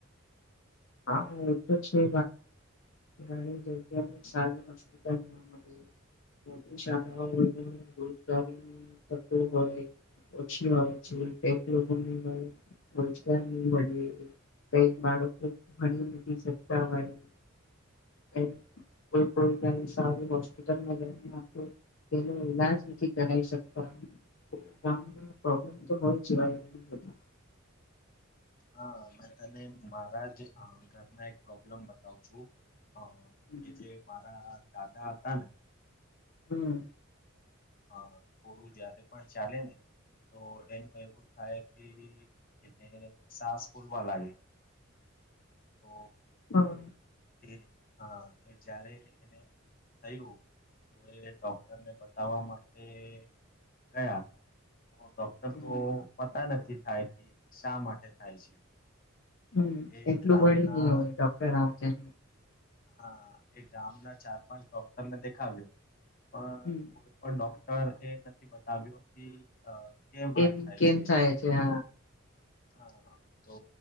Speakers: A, on the left; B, on the left.
A: હા એ તો છે છે ભાઈ જગ્યા સારી હસ્પિટલ ન મડે મોટી શાળાઓ રોજગારી તકો હોય. ઓછી હોય છે કઈક લોકોને રોજગાર નહી મળી એ કઈક બાળકોને ભણી નથી શકતા હોય ક કોઈ કોઈ સારું હોસ્પિટલમાં જને તેનો ઈલાજ નથી કરાવી શકતા ગામ પ્રોબ્લેમ તો હોય છેબધા
B: <inaudible> હા મેં તને મારા જ ઘરના એક પ્રોબ્લેમ બતાવ છું. અ
A: હમ
B: એ જે મારા દાદા હતા ને
A: હુમ
B: હા થોડું જયારે પણ ચાલે ને તો એનું એવું થાય કે એને સાસ બોલવા લાગે તો
A: હા
B: એ હા એ જય્યારે એને થયું તો એ ડોક્ટરને બતાવવા માટે ગયા તો ડોક્ટર
A: હમ
B: તો પતા નથી થાય કે શા માટે થાય છે.
A: હુમ
B: એ
A: એટલું
B: ગામના
A: ભણી નઈ હોય ડોક્ટર
B: હા એ ગામના ચાર પાંચ ડોક્ટર ને દેખાવ્યું પણ
A: હમ
B: કોઈ પણ ડોક્ટર એ નથી બતાવ્યો કે કે વા
A: એમ
B: થાય
A: કેમ
B: છે
A: હા
B: હા તો